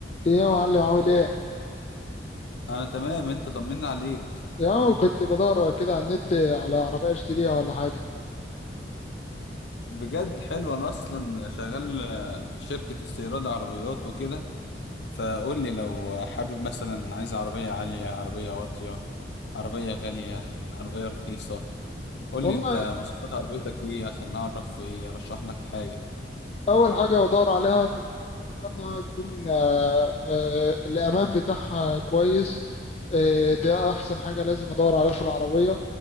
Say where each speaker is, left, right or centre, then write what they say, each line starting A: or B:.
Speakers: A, on the left; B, on the left.
A: ايه يا معلم عامل ايه؟
B: انا تمام انت طمنا عليك
A: يا كنت بدور كده على النت على عربية اشتريها ولا حاجة
B: بجد حلو انا اصلا شغال آه، في شركة استيراد عربيات وكده فقول لي لو حابب مثلا عايز عربية عالية عربية واطية عربية غالية عربية رخيصة قول
A: والله
B: لي انت مواصفات عربيتك ايه عشان نعرف ايه ارشح لك حاجة
A: أول حاجة بدور عليها في العربية إنها تكون آه، آه، الأمان بتاعها كويس آه، ده أحسن حاجة لازم أدور عليها في العربية